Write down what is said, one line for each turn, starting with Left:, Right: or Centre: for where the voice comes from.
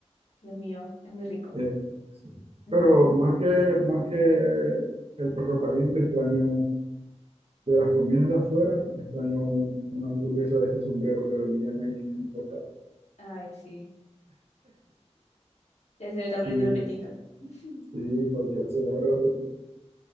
Left: Dios mío, es muy rico.
Right: Eh, sí.
Left: <laughs>
Right: Pero más que, más que el perro caliente, extraño de las comidas de afuera, extraño un- una hamburguesa de ese sombrero que vendían ahí en el importado.
Left: Ay, sí. <laughs> Ya se me está poniendo
Right: Sí,
Left: el apetito. <laughs>
Right: sí, cualquiera se le abre el apetito.